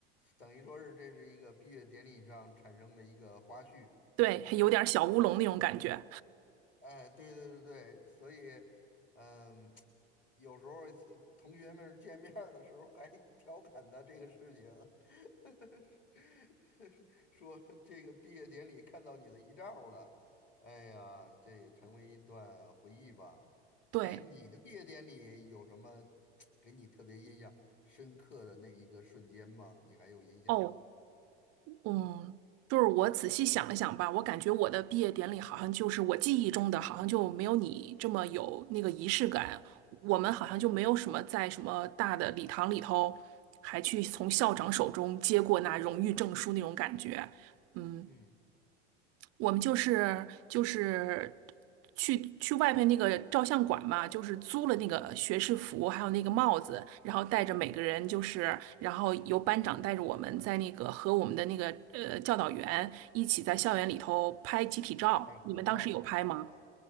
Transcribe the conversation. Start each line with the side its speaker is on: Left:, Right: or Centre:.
Left: 等于说是这是一个毕业典礼上产生的一个花絮。
Right: 对，还有点儿小乌龙那种感觉，
Left: 哎，对对对对，所以，嗯，<tsk> 有时候呃同学们见面儿的时候还调侃他这个事情，<laughs> 说这个毕业典礼看到你的遗照了，哎呀，这也成为一段回忆吧。
Right: 对。
Left: 哎，你的毕业典礼有什么 <tsk> 给你特别印象深刻的那一个瞬间吗？你还有印象吗？
Right: 哦，嗯，就是我仔细想了想吧，我感觉我的毕业典礼好像就是我记忆中的，好像就没有你这么有那个仪式感。我们好像就没有什么在什么大的礼堂里头，还去从校长手中接过那荣誉证书那种感觉。嗯，
Left: 嗯，
Right: 我们就是就是去去外面那个照相馆嘛，就是租了那个学士服，还有那个帽子，然后带着每个人就是，然后由班长带着我们在那个和我们的那个呃教导员一起在校园里头拍集体照。
Left: 还有合照是吧？
Right: 你们当时有拍吗？
Left: 啊，